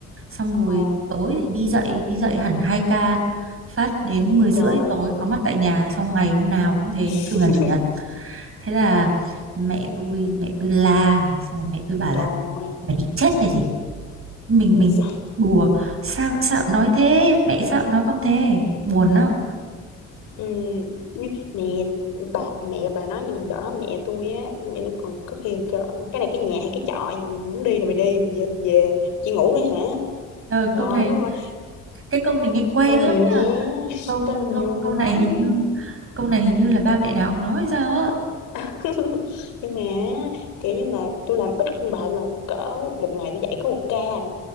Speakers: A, on the right; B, on the left.
A: Xong rồi
B: ờ,
A: tối thì đi dậy đi dậy hẳn hai ca phát đến mười rưỡi
B: trời,
A: tối có mặt tại nhà xong ngày hôm nào cũng thế
B: <laughs>
A: trừ ngày chủ nhật thế là mẹ tôi mẹ tôi la xong rồi mẹ tôi bảo
B: trời,
A: là mày định chết hay gì mình
B: ui
A: mình
B: da.
A: đùa sao sao nói thế mẹ sao nói con thế buồn đó
B: Ừ, như- mẹ bà mẹ bà nói gì đó mẹ tôi á mẹ tôi còn có khi kêu là "Ôi, cái này cái nhà hay cái chợ muốn đi là mày đi mày về là về chị ngủ đây hả
A: trời
B: trời
A: câu này
B: đất ơi
A: cái câu này nghe quen
B: con này
A: lắm
B: nhiều
A: nha
B: nha <laughs>
A: câu
B: con này nhiều
A: câu
B: người
A: câu này
B: nói
A: hình
B: nha
A: như câu này hình như là ba mẹ nào cũng nói hay sao á
B: <laughs> nhưng mà kiểu như là tôi làm ít hơn bà tôi làm cỡ một ngày tôi dạy có một ca à.